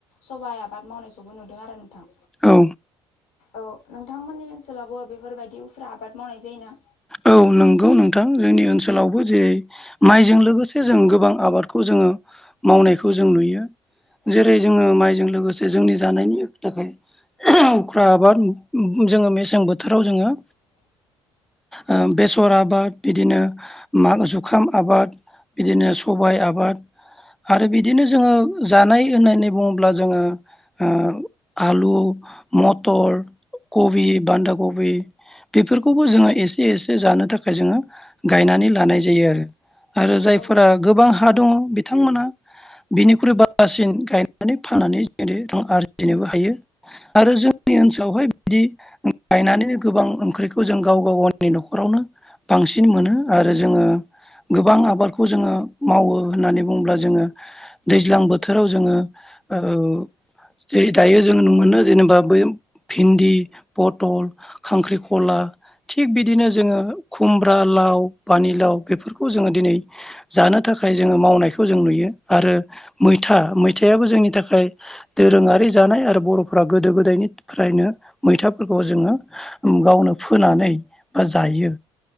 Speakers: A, on the left; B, in the centre.
A: सबाइ आबाद मावनायखौबो नुदों। आरो नोंथां।
B: औ
A: औ नोंथांमोननि ओनसोलावबो बेफोरबायदि उफ्रा आबाद मावनाय जायोना?
B: औ नंगौ नोंथां जोंनि ओनसोलावबो जे माइजों लोगोसे जों गोबां आबादखौ जोङो मावनायखौ जों नुयो। जेरै जोङो माइजों लोगोसे जोंनि जानायनि थाखाय। उफ्रा आबाद जोङो मेसें बोथोराव जोङो
A: <inaudible>
B: ओ बेसर आबाद बिदिनो माग जु खाम आबाद बिदिनो सबाय आबाद। आरो बिदिनो जोङो जानाय लोंनाय होननानै बुङोब्ला जोङो। ओ आलु म टर कबि बान्दा कबि बेफोरखौबो जोङो। एसे एसे जानो थाखाय जोङो गायनानै लानाय जायो आरो। आरो जायफोरा
A: औ
B: गोबां हा दङ बिथांमोना बिनिख्रुइ बांसिन गायनानै फाननानै जेरै रां आरजिनोबो हायो आरो जोंनि ओनसोलावहाय। बिदि गायनानैनो गोबां ओंख्रिखौ जों गाव गाव गावनि न'खरावनो बांसिन मोनो आरो जोङो गोबां आबादखौ जोङो मावो होननानै बुङोब्ला जोङो दैज्लां बोथोराव जोङो ओ जेरै दायो जों मोनो जेनेबा बै भिन्दि, पथल, खांख्रिखला थिग बिदिनो जोङो खुमब्रा, लाव, पानिलाव बेफोरखौ जोङो दिनै जानो थाखाय‌। जोङो मावनायखौ जों नुयो आरो मैथा मैथायाबो जोंनि थाखाय दोरोङारि जा नाय आरो बर'फोरा गोदो गोदायनिफ्रायनो मैथाफोरखौ जोङो गावनो फोनानै बा जायो।